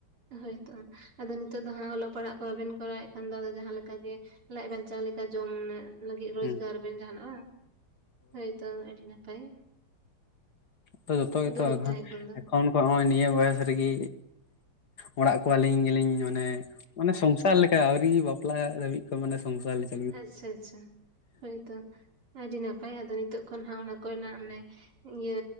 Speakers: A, on the right; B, on the left.
A: ᱦᱳᱭ ᱛᱚ ᱟᱫᱚ ᱱᱤᱛᱚᱜ ᱫᱚ ᱦᱟᱜ ᱚᱞᱚᱜ ᱯᱟᱲᱦᱟᱜ ᱠᱚ ᱵᱟᱵᱮᱱ ᱠᱚᱨᱟᱣᱮᱫ ᱠᱷᱟᱱ ᱫᱚ ᱡᱟᱦᱟᱸᱟᱜᱮ ᱞᱟᱡ ᱵᱟᱧᱪᱟᱣ ᱞᱮᱠᱟ ᱠᱟ ᱡᱚᱢ ᱞᱟᱹᱜᱤᱫ ᱨᱚᱡᱽᱜᱟᱨ
B: ᱦᱩᱸ
A: ᱵᱮᱱ ᱡᱟᱦᱱᱟᱜ ᱵᱟᱝ, ᱦᱳᱭ ᱛᱚ ᱟᱹᱰᱤ ᱱᱟᱯᱟᱭ
B: ᱛᱚ ᱡᱚᱛᱚ ᱜᱮᱛᱚ
A: ᱫᱩᱲᱩᱵ
B: ᱟᱠᱷᱟᱱ
A: ᱛᱟᱦᱮᱸ ᱠᱷᱚᱱ ᱫᱚ
B: ᱯᱷᱳᱱ ᱠᱚ ᱦᱚᱜᱼᱚᱭ ᱱᱤᱭᱟᱹ ᱵᱚᱭᱮᱥ ᱨᱮᱜᱤ ᱚᱲᱟᱜ ᱠᱚ ᱟᱹᱞᱤᱧ ᱜᱮᱞᱤᱧ ᱢᱟᱱᱮ ᱢᱟᱱᱮ ᱥᱚᱝᱥᱟᱨ ᱞᱮᱠᱟ ᱟᱹᱣᱨᱤ ᱵᱟᱯᱞᱟ ᱫᱷᱟᱹᱵᱤᱡ ᱠᱷᱚᱱ ᱢᱟᱱᱮ ᱥᱚᱝᱥᱟᱨ ᱞᱮᱠᱟ᱾
A: ᱟᱪᱪᱷᱟ ᱟᱪᱪᱷᱟ ᱦᱳᱭ ᱛᱚ, ᱟᱹᱰᱤ ᱱᱟᱯᱟᱭ ᱟᱫᱚ ᱱᱤᱛᱚᱜ ᱠᱷᱚᱱ ᱦᱟᱸᱜ ᱚᱱᱟ ᱠᱚᱨᱮᱱᱟᱜ ᱟᱱᱮ᱾ ᱤᱭᱟᱹ